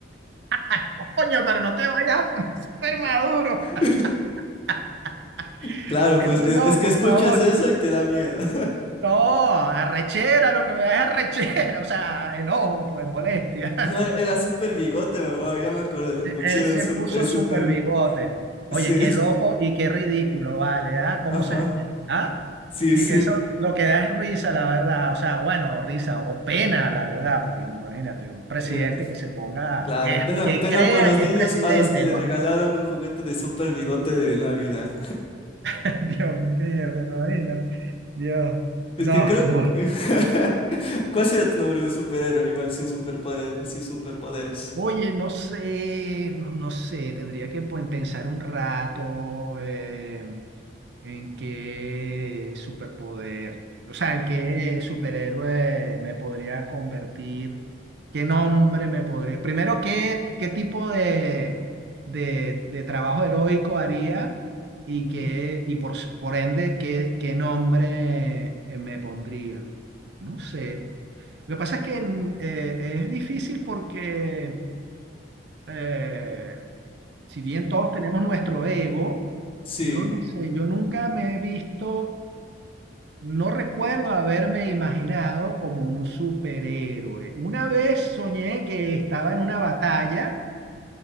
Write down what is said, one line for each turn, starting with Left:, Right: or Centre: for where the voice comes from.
Right: ¡Ah, coño, pero no te vayas a poner super maduro. <laughs>
Left: <laughs> Claro,
Right: Eso
Left: pues es,
Right: no,
Left: es que
Right: por
Left: escuchas
Right: favor.
Left: eso y te da miedo. <laughs>
Right: No, arrechera, lo que me da es arrechera, o sea, enojo, pues molestia.
Left: No, era, era
Right: <laughs>
Left: super bigote, me- oh, ya me acordé, le
Right: Él
Left: pusieron
Right: se
Left: super,
Right: puso
Left: eh, super,
Right: super bigote. Oye,
Left: sí,
Right: qué
Left: <laughs>
Right: loco y qué ridículo, vale, ¿ah? ¿Cómo
Left: ajá,
Right: se...? ¿Ah?
Left: sí,
Right: Y
Left: sí.
Right: eso lo que da es risa, la verdad. O sea, bueno, o risa o pena, la verdad, porque imagínate, un presidente
Left: Eh,
Right: que se ponga,
Left: claro,
Right: que,
Left: pena,
Right: que
Left: pena
Right: crea
Left: por los
Right: que
Left: niños
Right: es presidente,
Left: a los que le
Right: ¿no?
Left: regalaron un juguete de super bigote de Navidad.
Right: <laughs> Dios mío, te imaginas. Dios,
Left: Es
Right: no,
Left: que creo
Right: no.
Left: que- <laughs> ¿Cuál sería tu nombre de superhéroe? Igual sin superpoder, sin superpoderes.
Right: Oye, no sé, no, no sé, tendría que pues, pensar un rato. eh, ¿En qué superpoder, o sea, en qué superhéroe me podría convertir? ¿Qué nombre me podría... Primero, ¿qué, qué tipo de, de, de trabajo heroico haría? Y,
Left: Mm.
Right: qué, y por, s- por ende, ¿qué, qué nombre eh, me pondría? No sé. Lo que pasa es que mm, eh, es difícil porque eh, si bien todos tenemos nuestro ego,
Left: Sí,
Right: yo no sé, yo nunca me he visto, no recuerdo haberme imaginado como un superhéroe. Una vez soñé que estaba en una batalla.